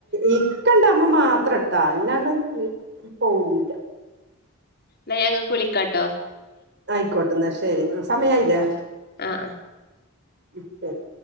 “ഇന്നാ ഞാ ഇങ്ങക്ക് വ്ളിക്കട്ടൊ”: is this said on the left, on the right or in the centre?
Left